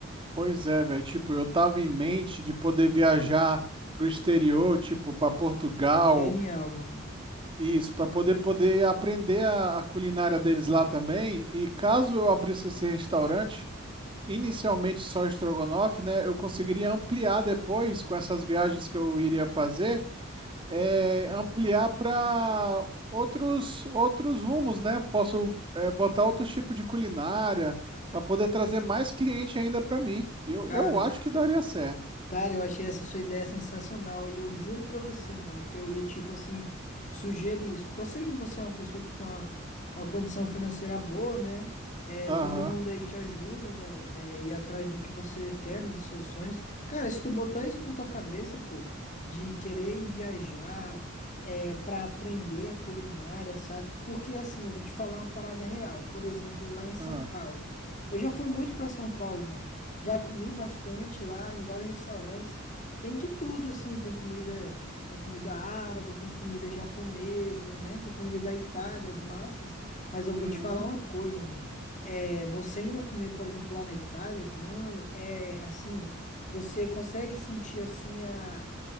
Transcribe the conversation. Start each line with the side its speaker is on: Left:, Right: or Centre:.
Right: Pois é, velho. Tipo, eu tava em mente de poder viajar pro exterior, tipo, para Portugal,
Left: Genial, mano.
Right: isso, para poder poder aprender a, a culinária deles lá também. E caso eu abrisse esse restaurante, inicialmente só estrogonofe, né? Eu conseguiria ampliar depois com essas viagens que eu iria fazer é, ampliar para outros outros rumos, né? Posso é, botar outros tipos de culinária para poder trazer mais cliente ainda para mim. Eu,
Left: Cara.
Right: eu acho que daria certo.
Left: Cara, eu achei essa sua ideia sensacional e eu juro pra você, mano, que eu ia, tipo assim, sugerir isso. Porque eu sei que você é uma pessoa que tem uma, uma condição financeira boa, né? É,
Right: Aham.
Left: todo mundo aí te ajuda, né? É, ir atrás do que você quer, né? Dos seus sonhos. Cara, se tu botar isso na tua cabeça, pô, de querer ir viajar, é, pra aprender a culinária, sabe? Porque assim, eu vou te falar uma parada real. Por exemplo, lá em São
Right: ah,
Left: Paulo. Eu já fui muito pra São Paulo, mano. Já comi bastante lá em vários restaurantes. Tem de tudo, assim. Tem comida, tem comida árabe, tem comida japonesa, né? Tem comida da Itália, as massas. Mas eu vou
Right: uhum.
Left: te falar uma coisa, mano. É, você indo comer, por exemplo, lá na Itália, mano, é assim, você consegue sentir assim a,